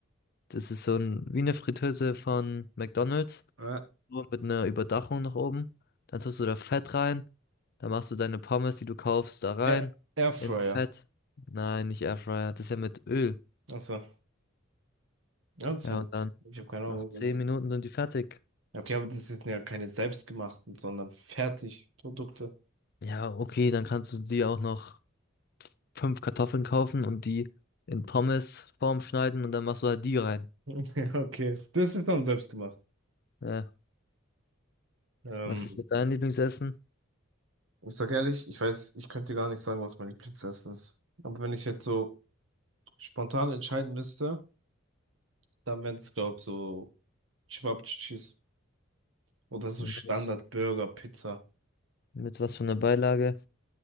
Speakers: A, on the left; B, on the right.
A: Das ist so ein, wie eine Fritteuse von McDonald's.
B: Äh,
A: Nur mit einer Überdachung nach oben. Dann tust du da Fett rein. Dann machst du deine Pommes, die du kaufst, da rein.
B: Air Airfryer.
A: Ins Fett. Nein, nicht Airfryer. Das ist ja mit Öl.
B: Achso, ja, das
A: Ja,
B: haben
A: und
B: wir.
A: dann
B: Ich habe keine Ahnung.
A: noch 10 Minuten sind die fertig.
B: Ja, Okay, aber das sind ja keine selbstgemachten, sondern Fertigprodukte.
A: Ja, okay, dann kannst du dir auch noch fünf Kartoffeln kaufen und die in Pommesform schneiden und dann machst du halt die rein.
B: <laughs> Ja, Okay, das ist dann selbstgemacht.
A: Ja.
B: Ähm,
A: Was ist mit deinem Lieblingsessen?
B: ich sag ehrlich, ich weiß, ich könnte dir gar nicht sagen, was mein Lieblingsessen ist. Aber wenn ich jetzt so spontan entscheiden müsste, dann wären es, glaube ich, so Cevapcicis oder so
A: Mit,
B: Standard-Burger, Pizza.
A: mit was von der Beilage?